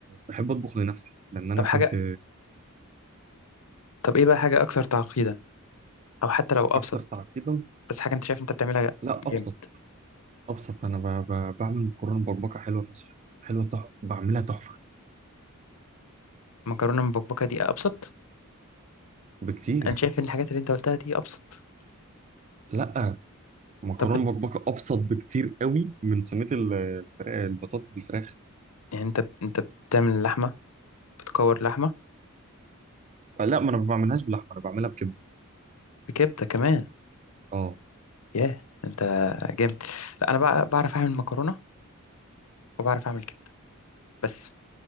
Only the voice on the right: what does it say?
بحب اطبخ لنفسي لان انا
كنت
اكثر تعقيدا
لا
ابسط ابسط انا ب... ب... بعمل مكرونه بربكه حلوه فشخ حلوه تح... بعملها تحفه
بكتير
لا مكرونه
بربكه ابسط بكتير قوي من صينيه ال- الفراخ- البطاطس بالفراخ
لا ما انا ما بعملهاش بلحمه انا بعملها بكبده
اه